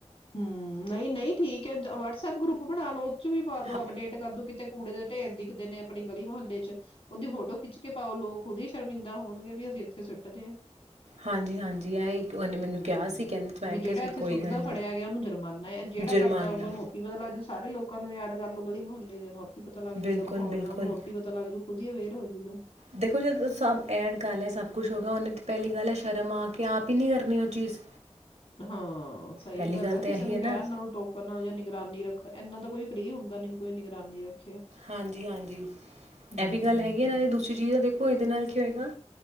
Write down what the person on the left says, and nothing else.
ਹਮ ਨਹੀਂ ਨਹੀਂ ਠੀਕ ਹੈ ਵਟਸਐਪ ਗਰੁੱਪ ਬਣਾ ਲੋ ਉਹ ਚ ਵੀ ਪਾ ਦੋ
ਅਪਡੇਟ ਕਰਦੋ ਕਿਤੇ ਕੂੜੇ ਦੇ ਢੇਰ ਦਿਖਦੇ ਨੇ ਆਪਣੀ ਗਲੀ ਮੁਹੱਲੇ ਚ ਉਹਦੀ ਫੋਟੋ ਖਿੱਚ ਕੇ ਪਾਓ ਲੋਕ ਖੁਦ ਹੀ ਸ਼ਰਮਿੰਦਾ ਹੋਣਗੇ ਵੀ ਅਸੀਂ ਇੱਥੇ ਸੁੱਟਦੇ ਹਾਂ
ਹੂੰ।
ਵੀ ਜਿਹੜਾ
ਇੱਥੇ
ਸੁੱਟਦਾ
ਫੜਿਆ ਗਿਆ ਉਹਨੂੰ ਜੁਰਮਾਨਾ ਜਹੜ
ਕਰਦਾਊਗਾ ਉਹਨੂੰ ਆਪ ਪਤਾਲੱ ਸਾਰੇ ਲੋਕਾਂ ਨੂੰ ਐਡ ਕਰ ਲੋ ਗਲੀ ਮੁਹੱਲੇ ਦੇ ਨੂੰ ਆਪ ਪਤਾ ਲੱਗ ਜਾਂਦਾ
ਖਾਣਾ ਉਹਨੂੰ ਆਪ ਹੀ ਪਤਾ ਲੱਗ ਜਾ ਖੁਦ ਹੀ ਅਵੇਅਰ ਹੋਜੂਗਾ
ਹਾਂ ਸਹੀ
ਗੱਲ ਆ
ਕਿਸੇ
ਨੂੰ
ਕਹਿਣ
ਨਾਲੋਂ ਟੋਕਰ ਨਾਲ ਜਾਂ ਨਿਗਰਾਨੀ ਰੱਖ ਇੰਨਾ ਤਾਂ ਕੋਈ ਫਰੀ ਹੁੰਦਾ ਨੀ ਕੋਈ ਨਿਗਰਾਨੀ ਰੱਖ
ਹੂੰ,